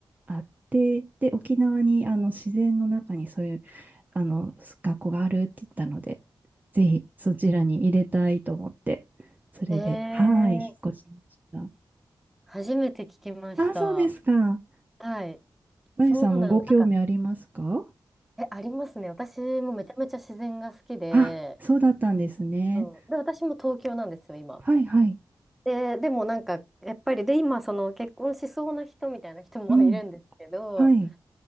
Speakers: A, on the right (about 20°); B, in the centre.
A: あって、で、沖縄にあの自然の中にそういうあの学校があるって言ったので、ぜひそちらに入れたいと思って、それで、
B: ええ
A: はい、引っ越しました。
B: 初めて聞きました。
A: あ、そうですか。
B: はい。
A: まゆさんもご興味ありますか
B: そうなんだ。なんか、え、ありますね。私もめちゃめちゃ自然が好きで、
A: あ、そうだったんですね。
B: うん。で、私も東京なんですよ、今。
A: はいはい。
B: で、でもなんか、やっぱり、で、今、その結婚しそうな人みたいな人もいるんですけど、
A: うん。はい。